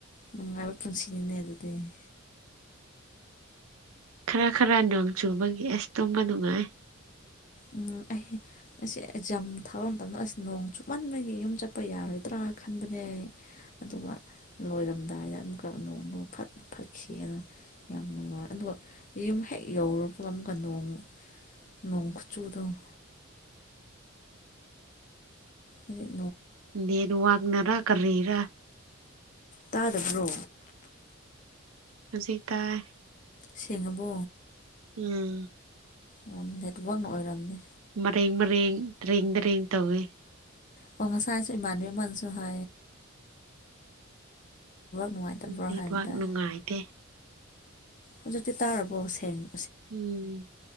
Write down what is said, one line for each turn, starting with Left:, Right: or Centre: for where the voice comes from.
Left: ꯅꯪ ꯑꯂꯛꯇꯝ ꯁꯤꯟꯅ ꯑꯗꯨꯗꯗꯤ
Right: ꯈꯔ ꯈꯔ ꯅꯣꯡ ꯆꯨꯕꯒꯤ ꯑꯁ ꯇꯨꯝꯕ ꯅꯨꯡꯉꯥꯏ
Left: ꯎꯝ ꯑꯩ ꯑꯁꯤꯁ ꯑꯦꯛꯖꯥꯝ ꯊꯥꯕ ꯃꯇꯝꯗ ꯑꯁ ꯅꯣꯡ ꯆꯨꯞꯃꯟꯕꯒꯤ ꯌꯨꯝ ꯆꯠꯄ ꯌꯥꯔꯣꯏꯗ꯭ꯔꯥ ꯈꯟꯕꯅꯦ ꯑꯗꯨꯒ ꯂꯣꯏꯔꯝꯗꯥꯏꯗ ꯑꯃꯨꯛꯀ ꯅꯣꯡꯗꯣ ꯐꯠꯈꯤꯅ ꯌꯥꯝ ꯅꯨꯡꯉꯥꯏ ꯑꯗꯨꯒ ꯌꯨꯝ ꯍꯦꯛ ꯌꯧꯔꯨꯕꯒ ꯑꯃꯨꯛꯀ ꯅꯣꯡ ꯆꯨꯗꯣ ꯎ
Right: ꯗꯦ ꯑꯗꯨ ꯋꯥꯡꯅꯔꯥ ꯀꯔꯤꯔ
Left: ꯇꯥꯗꯕ꯭ꯔꯣ
Right: ꯍꯧꯖꯤ ꯇꯥꯏ
Left: ꯁꯤꯦꯉꯕꯣ
Right: ꯎꯝ
Left: ꯑꯣ ꯅꯦꯠꯋꯥꯛꯅ ꯑꯣꯏꯔꯝꯅꯦ
Right: ꯃꯔꯦꯡ ꯃꯔꯦꯡ ꯗꯔꯤꯦꯡ ꯗꯔꯤꯦꯡ ꯇꯧꯏꯤ
Left: ꯄꯉ ꯆꯥꯏꯁꯨ ꯏꯃ ꯃꯟꯁꯨꯨ ꯍ ꯅꯨꯡꯉꯥꯏꯇꯕ꯭ꯔꯣ
Right: ꯅꯦꯠꯋꯥꯛ
Left: ꯍꯥꯏꯕꯗ
Right: ꯅꯨꯡꯉꯥꯏꯇꯦ
Left: ꯍꯧꯖꯤꯛꯇꯤ ꯇꯥꯔꯕꯣ ꯁꯦꯡꯅꯣ
Right: ꯎꯝ